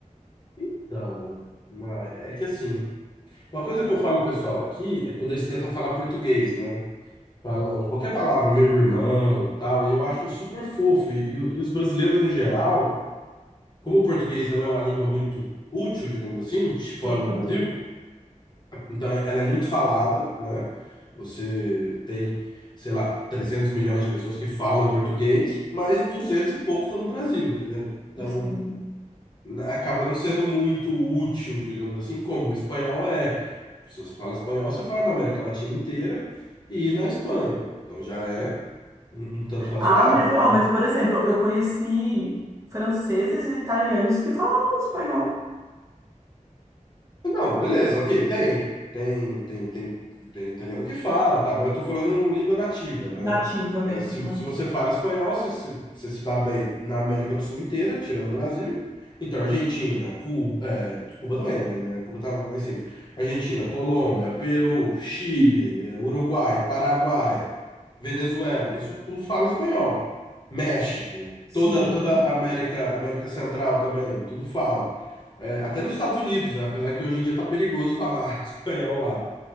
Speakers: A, on the left; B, on the right.
A: Então, uma- é que assim, uma coisa que eu falo pessoal aqui é quando eles tentam falar português, né? falam qualquer palavra, meu irmão, tal, e eu acho super fofo. E, e o- e os brasileiros, no geral, como o português não é uma língua muito útil, digamos assim, de- fora
B: Sim.
A: do Brasil, então é- ela é muito falada, né? Você tem, sei lá, 300 milhões de pessoas que falam português, mas 200 e poucos estão no Brasil, entendeu? Então,
B: Assim.
A: na- acaba não sendo muito útil, digamos assim, como o espanhol é. Se você fala espanhol, você fala na América Latina inteira e na Espanha. Então já é um, um tanto razoável,
B: Ah, mas, ó,
A: né?
B: mas, por exemplo, eu conheci franceses e italianos que falavam espanhol
A: Não, beleza, ok, tem. Tem, tem, tem, tem italiano que fala, tal, mas eu tô falando língua nativa, né?
B: nativa
A: É,
B: mesmo,
A: se,
B: né?
A: se você fala espanhol, você, se- você se dá bem na América do Sul inteira, tirando o Brasil. Então, Argentina, Cuba, é, Cuba também, mas é, Cuba tá lá em cima. Argentina, Colômbia, Peru, Chile, é, Uruguai, Paraguai, Venezuela, isso tudo fala espanhol. México,
B: Sim.
A: toda, toda a América, América Central também, tudo fala. É, até nos Estados Unidos, né? Apesar que hoje em dia tá perigoso falar <laughs> espanhol lá.